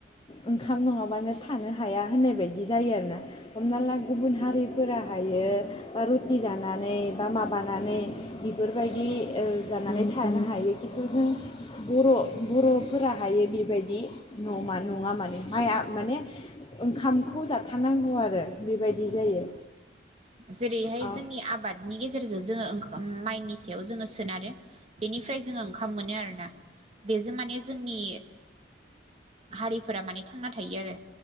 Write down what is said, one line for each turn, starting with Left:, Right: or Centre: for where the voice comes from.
Left: ओंखाम नङाबानो थानो हाया होननाय बायदि जायो आरोना हमना ला गुबुन हारिफोरा थायो बा रुटि जानानै बा माबानानै बेफोरबायदि जानानै थानो हायो खिन्थु जों बर' बर'फोराहायो बेबायदि नमा नङा माने माइआ माने ओंखामखौ जाथारनांगौ आरो बेबायदि जायो
Right: जेरैहाय
Left: औ
Right: जोंनि आबादनि गेजेरजों जोङों माइनि सायाव जोङो सोनारो बेनिफ्राय जोङो ओंखाम मोनो आरोना बेजों माने जोंनि हारिफोरा माने थांना थायो आरो